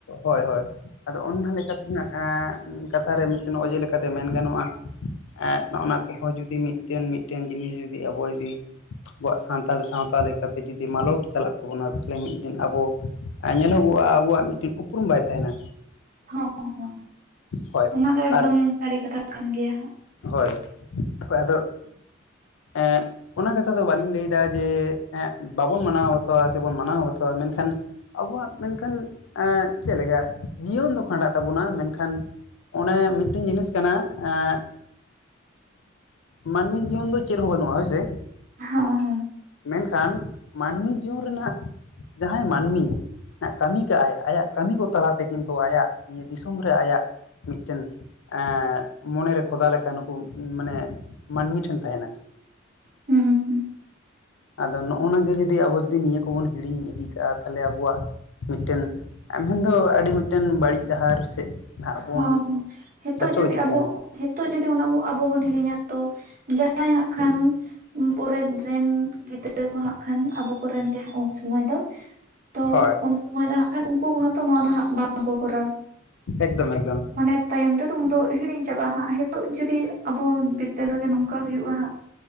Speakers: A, on the left (about 75°); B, on the right (about 45°).
A: ᱦᱳᱭ ᱦᱳᱭ ᱟᱫᱚ ᱚᱱᱦᱟ ᱞᱮᱠᱟᱛᱮ ᱦᱮ ᱮᱸ ᱠᱟᱛᱷᱟᱨᱮ ᱢᱤᱫᱴᱮᱱ ᱚᱡᱮ ᱞᱮᱠᱟᱛᱮ ᱢᱮᱱ ᱜᱟᱱᱚᱜᱼᱟ ᱾ ᱮᱫ ᱱᱚᱜᱱᱟ ᱠᱚᱦᱚᱸ ᱡᱩᱫᱤ ᱢᱤᱫᱴᱮᱱ ᱢᱤᱫᱴᱮᱱ ᱡᱤᱱᱤᱥ ᱡᱩᱫᱤ ᱟᱵᱚ ᱡᱩᱫᱤ ᱟᱵᱚᱣᱟᱜ ᱥᱟᱱᱛᱟᱲ ᱥᱟᱶᱛᱟ ᱞᱮᱠᱟᱛᱮ ᱡᱩᱫᱤ ᱢᱟᱞᱚᱴ ᱪᱟᱞᱟᱜ ᱛᱟᱵᱚᱱᱟ ᱛᱟᱦᱚᱞᱮ ᱢᱤᱫ ᱫᱤᱱ ᱟᱵᱚ ᱧᱮᱞᱚᱜᱚᱜᱼᱟ ᱟᱵᱚᱣᱟᱜ ᱢᱤᱫᱴᱮᱱ ᱩᱯᱨᱩᱢ ᱵᱟᱭ ᱛᱟᱦᱮᱱᱟ᱾
B: ᱦᱚᱸ
A: ᱦᱳᱭ
B: ᱚᱱᱟ ᱫᱚ
A: ᱟᱨ
B: ᱮᱠᱫᱚᱢ ᱥᱟᱹᱨᱤ ᱠᱟᱛᱷᱟ ᱠᱟᱱ ᱜᱮᱭᱟ ᱦᱟᱜ᱾
A: ᱦᱳᱭ ᱦᱳᱭ ᱟᱫᱚ ᱮᱫ ᱚᱱᱟ ᱠᱟᱛᱷᱟ ᱫᱚ ᱵᱟᱹᱞᱤᱧ ᱞᱟᱹᱭᱮᱫᱟ ᱡᱮ ᱵᱟᱵᱚᱱ ᱢᱟᱱᱟᱣ ᱵᱟᱛᱟᱣᱟ ᱥᱮᱵᱚᱱ ᱢᱟᱱᱟᱣ ᱵᱟᱛᱟᱣᱟ ᱢᱮᱱᱠᱷᱟᱱ ᱟᱵᱚᱣᱟᱜ ᱢᱮᱱᱠᱷᱟᱱ, ᱮᱜ ᱪᱮᱫ ᱞᱮᱠᱟ᱾ ᱡᱤᱭᱚᱱ ᱫᱚ ᱠᱷᱟᱸᱰᱟᱜ ᱛᱟᱵᱚᱱᱟ᱾ ᱢᱮᱱᱠᱷᱟᱱ ᱚᱱᱮ ᱢᱤᱫᱴᱮᱱ ᱡᱤᱱᱤᱥ ᱠᱟᱱᱟ᱾ ᱮᱸᱻ᱾ ᱢᱟᱹᱱᱢᱤ ᱡᱤᱭᱚᱱ ᱫᱚ ᱪᱮᱫ ᱦᱚᱸ ᱵᱟᱹᱱᱩᱜ-ᱟ ᱦᱳᱭ ᱥᱮ᱾
B: ᱦᱚᱸ ᱦᱮᱸ᱾
A: ᱢᱮᱱᱠᱷᱟᱱ ᱢᱟᱹᱱᱢᱤ ᱡᱤᱭᱚᱱ ᱨᱮᱱᱟᱜ, ᱡᱟᱦᱟᱸᱭ ᱢᱟᱹᱱᱢᱤ᱾ ᱠᱟᱹᱢᱤ ᱠᱟᱜ-ᱟᱭ ᱟᱭᱟᱜ ᱠᱟᱹᱢᱤ ᱠᱚ ᱛᱟᱞᱟᱛᱮ ᱠᱤᱱᱛᱩ ᱟᱭᱟᱜ ᱱᱤᱭᱟᱹ ᱫᱤᱥᱚᱢ ᱨᱮ ᱟᱭᱟᱜ ᱢᱤᱫᱴᱮᱱ ᱮᱫᱻ ᱢᱚᱱᱮ ᱨᱮ᱾ ᱠᱷᱚᱫᱟ ᱞᱮᱠᱟ ᱱᱩᱠᱩ, ᱢᱟᱱᱮ ᱢᱟᱹᱱᱢᱤ ᱴᱷᱮᱱ ᱛᱟᱦᱮᱸᱱᱟ᱾
B: ᱦᱟᱸᱜ ᱦᱩᱸ ᱦᱩᱸ
A: ᱟᱫᱚ ᱱᱚᱜ-ᱚ ᱱᱟ ᱜᱮ ᱡᱩᱫᱤ ᱟᱵᱚ ᱡᱩᱫᱤ ᱱᱤᱭᱟᱹ ᱠᱚᱵᱚᱱ ᱦᱤᱲᱤᱧ ᱤᱫᱤ ᱠᱟᱜ-ᱟ ᱛᱟᱦᱚᱸᱞᱮ ᱟᱵᱚᱣᱟᱜ ᱢᱤᱫᱴᱮᱱ ᱟᱹᱵᱤᱱ ᱫᱚ ᱟᱹᱰᱤ ᱢᱤᱫᱴᱮᱱ ᱵᱟᱹᱲᱤᱡ ᱰᱟᱦᱟᱨ ᱥᱮᱫ ᱱᱟᱦᱟᱜ ᱵᱚᱱ
B: ᱦᱚᱸ ᱦᱚᱸ, ᱦᱮᱛᱳᱜ
A: ᱪᱟᱪᱳ
B: ᱡᱩᱫᱤ
A: ᱤᱫᱤᱜ
B: ᱟᱵᱚ᱾
A: ᱠᱟᱱᱟ
B: ᱦᱤᱛᱚᱜ ᱡᱩᱫᱤ ᱚᱱᱟ ᱵᱚ ᱟᱵᱚ ᱵᱚᱱ ᱦᱤᱲᱤᱧᱟ ᱛᱚ, ᱡᱟᱭ ᱦᱟᱸᱜ ᱠᱷᱟᱱ᱾ ᱯᱚᱨᱮᱫ ᱨᱮᱱ ᱜᱤᱫᱽᱨᱟᱹ ᱠᱚ ᱦᱟᱸᱜ ᱠᱷᱟᱱ ᱟᱵᱚ ᱠᱚᱨᱮᱱ ᱜᱮ ᱦᱟᱸᱜ ᱩᱱ ᱥᱚᱢᱚᱭ ᱫᱚ᱾ ᱛᱚ
A: ᱦᱳᱭ
B: ᱩᱱᱥᱩᱢᱚᱭ ᱫᱚ ᱦᱟᱸᱜ ᱠᱷᱟᱱ ᱩᱱᱠᱩ ᱠᱚᱦᱚᱸ ᱛᱚ ᱱᱚᱣᱟ ᱫᱚ ᱦᱟᱸᱜ ᱵᱟᱝᱠᱚ ᱠᱚᱨᱟᱣᱟ᱾
A: ᱮᱠᱫᱚᱢ ᱮᱠᱫᱚᱢ᱾
B: ᱢᱟᱱᱮ ᱛᱟᱭᱚᱢ ᱛᱮᱫᱚ ᱩᱱ ᱫᱚ ᱦᱤᱲᱤᱧ ᱪᱟᱵᱟᱜ-ᱟ ᱦᱟᱸᱜ᱾ ᱦᱤᱛᱳᱜ ᱡᱩᱫᱤ ᱟᱵᱚ ᱵᱤᱫᱽᱫᱟᱹᱞ ᱨᱮᱜᱮ ᱱᱚᱝᱠᱟ ᱦᱩᱭᱩᱜ-ᱟ ᱦᱟᱸᱜ᱾